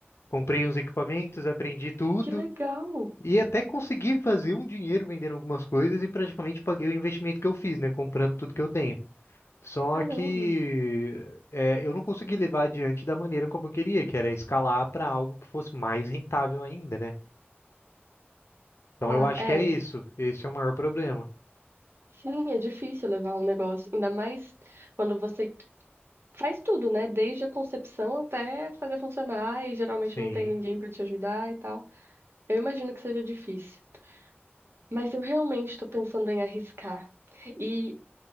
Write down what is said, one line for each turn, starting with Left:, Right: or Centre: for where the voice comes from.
Left: comprei uns equipamentos, aprendi tudo
Right: Que legal!
Left: e até consegui fazer um dinheiro vendendo algumas coisas e praticamente paguei o investimento que eu fiz, né? Comprando tudo que eu tenho. Só
Right: Caramba!
Left: que é, eu não consegui levar adiante da maneira como eu queria, que era escalar para algo que fosse mais rentável ainda, né? Então
Right: Claro,
Left: eu acho
Right: é.
Left: que é isso. Esse é o maior problema.
Right: Sim, é difícil levar um negócio, ainda mais quando você faz tudo, né? Desde a concepção até fazer funcionar e geralmente
Left: Sim.
Right: não tem ninguém pra te ajudar e tal. Eu imagino que seja difícil. Mas eu realmente estou pensando em arriscar. E